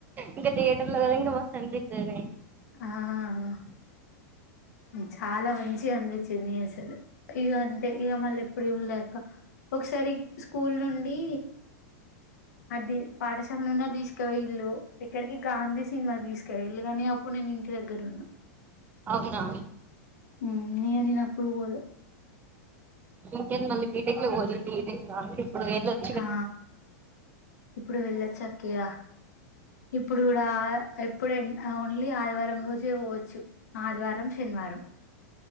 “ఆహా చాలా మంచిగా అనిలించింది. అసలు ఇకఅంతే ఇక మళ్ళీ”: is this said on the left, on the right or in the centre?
Left